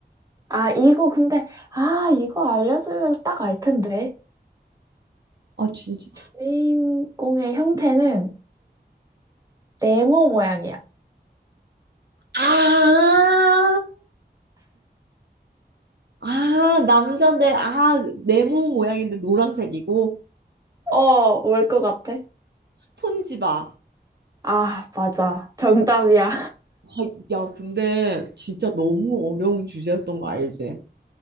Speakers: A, on the right; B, on the right.
A: 아, 이거 근데, 아, 이거 알려주면 딱 알 텐데.
B: 아, 진짜.
A: 주인공의 형태는 네모 모양이야.
B: 아, 아, 남잔데, 아, 네모 모양인데 노란색이고,
A: 어, 뭘 것 같아?
B: 스폰지밥.
A: 아, 맞아. 정답이야.
B: 아, 야, 근데 진짜 너무 어려운 주제였던 거 알지?